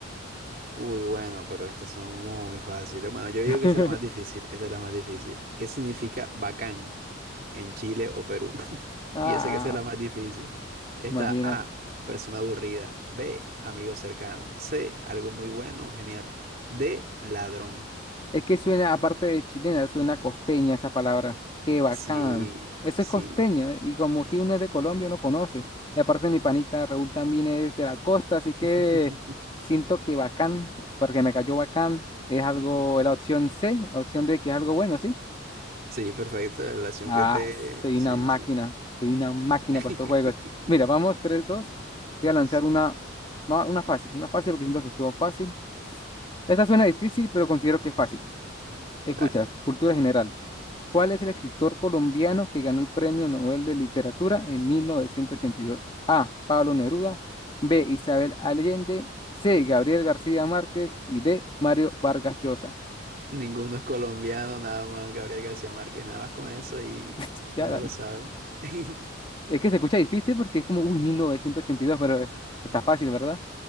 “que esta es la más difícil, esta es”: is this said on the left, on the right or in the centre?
Right